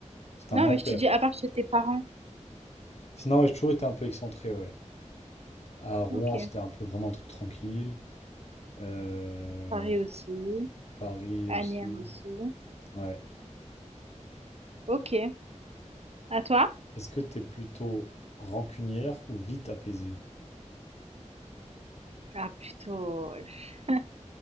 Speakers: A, on the left (about 60°); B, on the right (about 55°).
A: C'est
B: Non,
A: un enfer.
B: mais je te dis, à part chez tes parents.
A: Sinon, ouais, j'ai toujours été un peu excentré, ouais. À Rouen,
B: Ok.
A: c'était un peu vraiment un truc tranquille. Euh,
B: Paris aussi.
A: Paris
B: Asnières
A: aussi.
B: aussi.
A: Ouais.
B: Ok. À toi?
A: Est-ce que t'es plutôt rancunière ou vite apaisée?
B: Ah, plutôt... je-